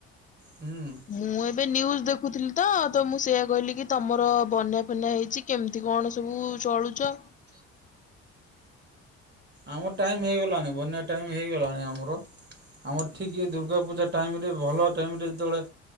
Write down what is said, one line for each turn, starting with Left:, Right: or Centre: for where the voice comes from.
Right: ହୁଁ।
Left: ମୁଁ ଏ ଏବେ ନ୍ୟୁଜ୍ ଦେଖୁଥିଲି ତ। ତ ମୁଁ ସେଆ କହିଲି କି, ତୁମର ବନ୍ୟା ଫନା ହେଇଛି କେମିତି କଣ ସବୁ ଚଳୁଚ।
Right: ଆମ ଟାଇମ ହେଇଗଲାଣି। ବନ୍ୟା ଟାଇମ ହେଇଗଲାଣି ଆମର। ଆମର ଠିକ୍ ଇଏ ଦୁର୍ଗା ପୂଜା ଟାଇମ ରେ ଭଲ ଟାଇମ ରେ ଯେତେବେଳେ